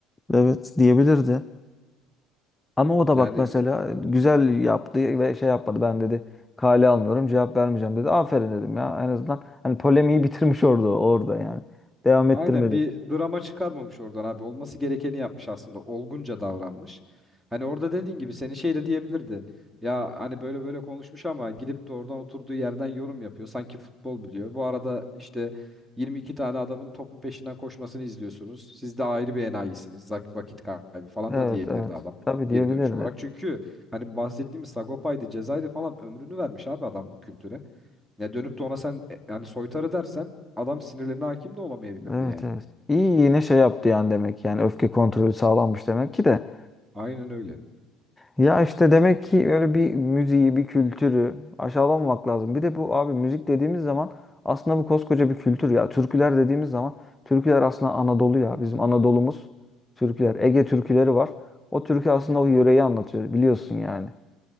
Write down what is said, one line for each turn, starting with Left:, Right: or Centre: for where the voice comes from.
Left: Evet diyebilirdi. Ama o da
Centre: Yani
Left: bak mesela
Centre: evet.
Left: güzel yaptı ve şey yapmadı. Ben dedi kale almıyorum cevap vermeyeceğim dedi. Aferin dedim ya en azından hani polemiği bitirmiş orada orada yani. Devam ettirmedi.
Centre: Aynen bir drama çıkarmamış oradan abi. Olması gerekeni yapmış aslında. Olgunca davranmış. Hani orada dediğin gibi seni şey de diyebilirdi. Ya hani böyle böyle konuşmuş ama gidip de oradan oturduğu yerden yorum yapıyor. Sanki futbol biliyor. Bu arada işte 22 tane adamın topun peşinden koşmasını izliyorsunuz. Siz de ayrı bir enayisiniz. Zak- Vakit kaybı falan
Left: Evet
Centre: da diyebilirdi
Left: evet.
Centre: adam
Left: Tabii
Centre: geri
Left: diyebilirdi.
Centre: dönüş olarak. Çünkü hani bahsettiğimiz Sagopa'ydı, Ceza'ydı falan ömrünü vermiş abi adam bu kültüre. Ya dönüp de ona sen e, yani soytarı dersen adam sinirlerine hakim de olamayabilirdi
Left: Evet
Centre: yani.
Left: evet. İyi yine şey yaptı yani demek yani öfke kontrolü sağlanmış demek ki de.
Centre: Aynen öyle.
Left: Ya işte demek ki öyle bir müziği, bir kültürü aşağılamamak lazım. Bir de bu abi müzik dediğimiz zaman aslında bu koskoca bir kültür ya. Türküler dediğimiz zaman türküler aslında Anadolu ya. Bizim Anadolu'muz türküler. Ege türküleri var. O türkü aslında o yöreyi anlatıyor biliyorsun yani.